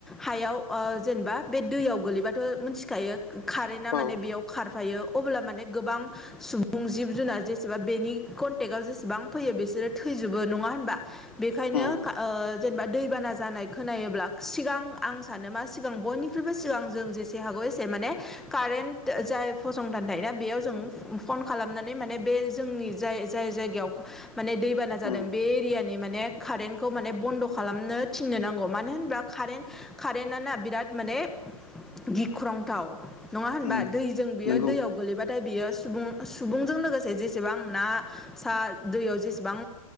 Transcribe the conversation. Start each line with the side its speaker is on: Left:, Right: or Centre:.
Centre: हायाव ओ जेनेबा बे दैयाव गोगलैबाथ' मिथिखायो कारेन्टा
Left: उम औ
Centre: माने बेयाव खारफायो अब्ला माने गोबां सुबुं जिब जुनार जेसेबा बेनि कनटेक्टआव जेसेबां फैयो बिसोरो थै थैजोबो नङा होनबा बेखायनो
Left: उम
Centre: ओ जेनेबा दैबाना जानाय खोनायो्ला सिगां आं सानो मा सिगां बयनिख्रुइबो सिगां जों जेसे हागौ एसे माने कारेन्ट जाय फसंथान थायोन बेयाव जों फन खालामनानै माने बे जोंनि जाय जाय जायगायाव माने दैबाना जादों
Left: उम
Centre: बे एरियानि मान माने कारेन्टखौ माने बद्न खालामनो थिन‌नो नांगौ मानो होनोब्ला कारेन्ट कारेन्ट आना बिराद माने गिख्रंथाव नंङा होनबा
Left: उम
Centre: दैजों बियो
Left: नंगौ
Centre: दैयाव गोलैबाथाय बियो। सुबुं सुबुंजों लोगोसे जेसेबां ना सा दैयाव जेसेबां